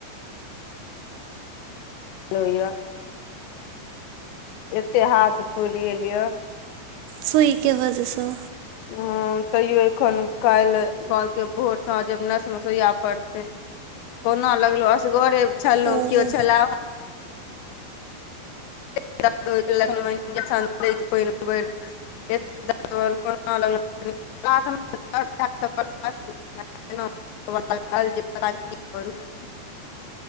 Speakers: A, on the left; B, on the right.
A: लोहिया एते हाथ फूलि गेल यऽ।
B: सुई के वजह सऽ
A: ह तैयो एखन काल्ह कहलकै, भोर सांझ आब नस मे सइया पड़तै। कोना लगल‌ऊ असगरे छलहुँ,
B: ओहो
A: कियो छलैह <unintelligible> <unintelligible> <unintelligible>